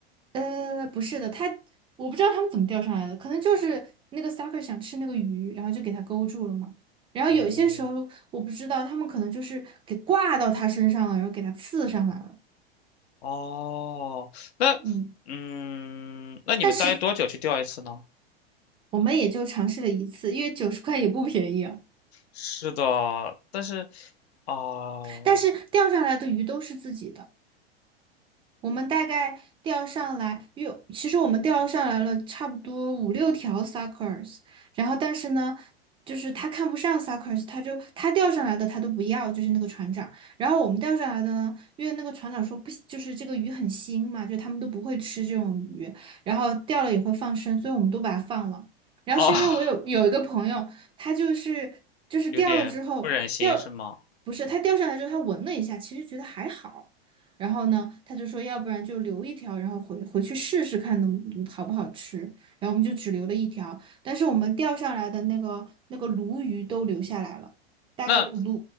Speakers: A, on the right (about 15°); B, on the left (about 75°).
A: 呃，不是的，他我不知道他们怎么钓上来的，可能就是那个 sucker 想吃那个鱼，然后就给它勾住了嘛。然后有些时候我不知道，
B: 哦
A: 他们可能就是给挂到它身上了，然后给它刺上来了。
B: 哦，那嗯，
A: 嗯。
B: 那你们大约多久去钓一次呢？
A: 但实。我们也就尝试了一次，因为九十块也不便宜啊。
B: 是的，但是哦
A: 但是钓上来的鱼都是自己的，我们大概钓上来，因为其实我们钓上来了差不多五六条 suckers，然后但是呢，就是他看不上 suckers，他就他钓上来的他都不要，就是那个船长。然后我们钓上来的呢，因为那个船长说不，就是这个鱼很腥嘛，就他们都不会吃这种鱼，然后钓了也会放生，所以我们都把它放了。然后是因为我有有一个朋友，
B: 哦，<laughs>
A: 他就是就是钓了之后钓，
B: 有点不忍心是吗？
A: 不是他钓上来之后他闻了一下，其实觉得还好。然后呢，他就说，要不然就留一条，然后回回去试试看能嗯好不好吃。然后我们就只留了一条，但是我们钓上来的那个那个鲈鱼都留下来了，大概鲈
B: 那